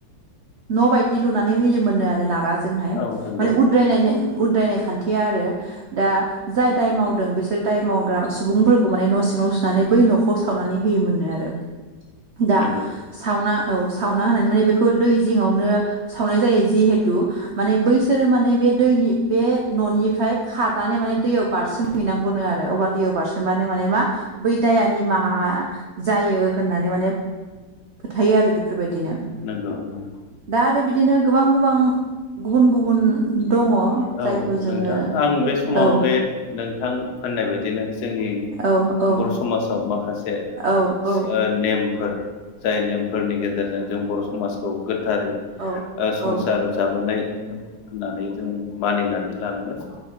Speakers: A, on the right; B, on the left.
A: न' बायदि लुनानै होयोमोननो आरो नाराजोंहाय
B: औ नंगौ
A: माने उद्रायनायनाय उद्रायनाय खान्थि आरो दा जाय दाय मावदों बिसोर दाय मावग्रा सुबुंफोरखौ माने न' सिङाव सोनानै बै न'खौ सावनानै होयोमोननो आरो। दा
B: नंगौ
A: सावना औ सावना होनानै माने बेखौ दै जिङावनो सावनाय जायो जिहेथु माने बैसोरो माने बे दैनि बे न'निफ्राय खारनानै माने दैयाव बारसोमहैनांगौनो आरो अब्ला दैयाव बारसोमबानो माने मा बै दाया निमाहा जायो होननानै माने फोथायो आरो बेफोरबायदिनो।
B: नंगौ नंगौ
A: दा आरो बिदिनो गोबां -गोबां गुबुन- गुबुन दङ
B: औ
A: जायखौ जोङो
B: नोंथां आं बे समाव
A: औ
B: बे नोंथां होननाय बायदिनो जोंनि
A: औ औ
B: बर' समाजाव माखासे <unintelligible>
A: औ औ
B: नेमफोर जाय नेमफोरनि गेजेरजों जों बर' समाजखौ गोथारै ओ
A: औ
B: संसार
A: औ
B: जाबोनाय होननानै जों मानिनानै लानांगोन।